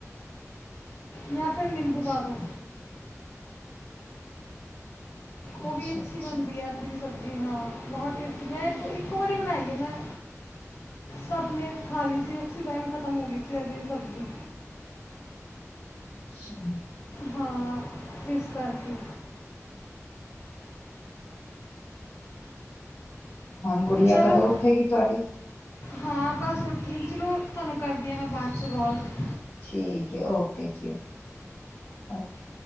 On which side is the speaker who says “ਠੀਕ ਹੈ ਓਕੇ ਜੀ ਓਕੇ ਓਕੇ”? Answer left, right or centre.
Left